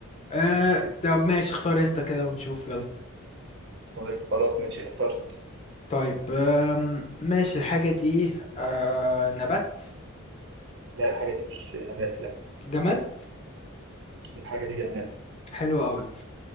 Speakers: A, on the left; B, on the right.
A: آه طب ماشي اختار انت كده ونشوف يلا
B: طيب خلاص ماشي اخترت
A: طيب آم، ماشي الحاجة دي آه نبات
B: لا الحاجه دي مش نبات لا
A: جماد
B: الحاجه دي جماد
A: حلو قوي